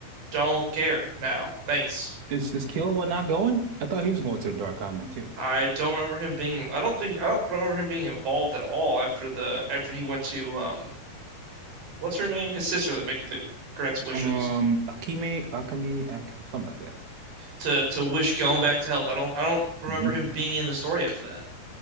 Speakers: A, on the right (about 85°); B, on the right (about 60°).
A: don't care now. Thanks.
B: is is Killua not going I thought he was going to the Dark Continent too
A: I don't remember him being I don't think I don't remember him being involved at all after the after he went to um what's her name? His sister that make that grants wishes.
B: um Akime Akame Ak something like that
A: to to Wish going back to health. I don't I don't remember
B: Mm-hmm.
A: him being in the story after that.